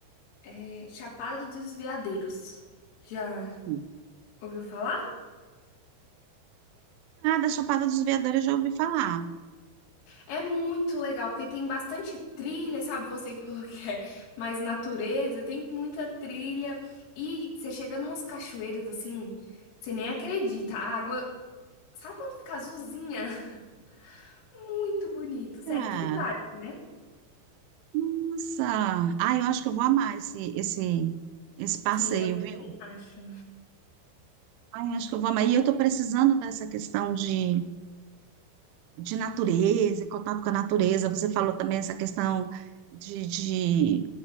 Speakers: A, on the left; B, on the right.
A: é, Chapada dos Veadeiros. Já
B: assim,
A: ouviu falar?
B: ah, da Chapada dos Veadores eu já ouvi falar.
A: É muito legal, porque tem bastante trilha, sabe? Você que falou que é mais natureza, tem muita trilha. E você chega numas cachoeiras assim, você nem acredita. A água, sabe quando fica azulzinha? <laughs> Muito bonito. Sério,
B: Ah,
A: tem vários, né?
B: nossa, ai, eu acho que eu vou amar esse, esse, esse passeio,
A: Sim, eu também
B: viu?
A: acho.
B: Ai, eu acho que eu vou amar. E eu tô precisando dessa questão de de natureza, contato com a natureza. Você falou também essa questão de, de-